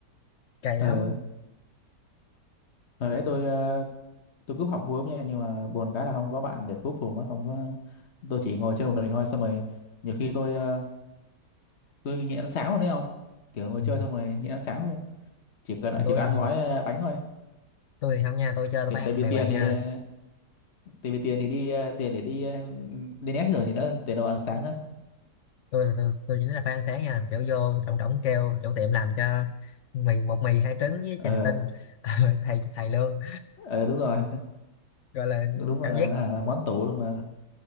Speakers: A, on the left; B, on the left.
A: cày
B: ừ.
A: lắm
B: hồi đấy tôi ờ, tôi cúp học vui lắm nha nhưng mà buồn cái là không có bạn để cúp cùng á không có tôi chỉ ngồi chơi một mình thôi xong rồi nhiều khi tôi ờ, tôi nhịn ăn sáng luôn đấy không kiểu ngồi
A: ừ.
B: chơi xong rồi nhịn ăn sáng luôn chỉ cần
A: còn tôi
B: chỉ có ăn gói ờ, bánh thôi
A: tôi thì không nha tôi chơi tôi
B: kiểu
A: phải ăn
B: tại vì
A: đàng
B: tiền
A: hoàng
B: thì
A: nha
B: ờ, tại vì tiền thì đi ờ, tiền để đi ờ, đi nét rồi thì nó tiền đâu ăn sáng nữa
A: tôi là tôi, tôi chỉ nói là phải ăn sáng nha kiểu vô trọng trọng kêu chủ tiệm làm cho mì một mì hai trứng với
B: ờ
A: chai thủy tinh <laughs> thầy thầy luôn
B: ờ, đúng rồi
A: gọi là
B: đúng
A: cảm
B: là
A: giác
B: à, món tủ luôn mà